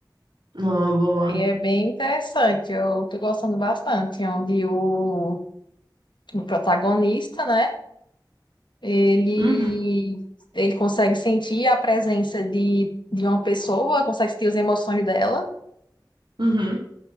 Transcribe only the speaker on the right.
Não, boa.
Uhum,
uhum.